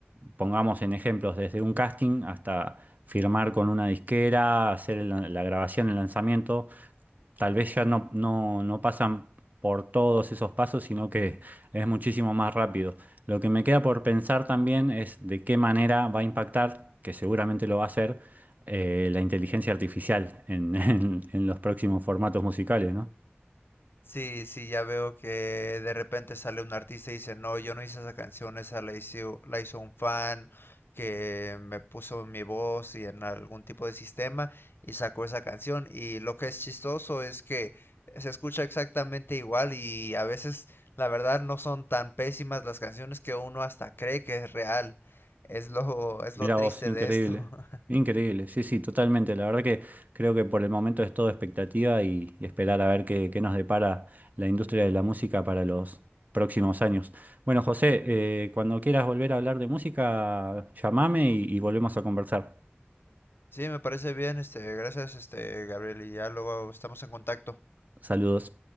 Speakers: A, on the right; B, on the left.
A: pongamos en ejemplos, desde un casting hasta firmar con una disquera, hacer el- la grabación, el lanzamiento, tal vez ya no, no, no pasan por todos esos pasos, sino que es muchísimo más rápido. Lo que me queda por pensar también es de qué manera va a impactar, que seguramente lo va a hacer, eh, la inteligencia artificial en, <laughs> en- en los próximos formatos musicales, ¿no?
B: Sí, sí, ya veo que de repente sale un artista y dice, no, yo no hice esa canción, esa la hizo, la hizo un fan que me puso mi voz y en algún tipo de sistema y sacó esa canción. Y lo que es chistoso es que se escucha exactamente igual y a veces la verdad no son tan pésimas las canciones que uno hasta cree que es real. Es lo, es
A: Mirá
B: lo triste
A: vos, increíble,
B: de esto. <laughs>
A: increíble, sí, sí, totalmente. La verdad que creo que por el momento es todo expectativa y, y esperar a ver qué, qué nos depara la industria de la música para los próximos años. Bueno, José, eh, cuando quieras volver a hablar de música, llamame y y volvemos a conversar.
B: Sí, me parece bien, este, gracias, este, Gabriel, y ya luego estamos en contacto.
A: Saludos.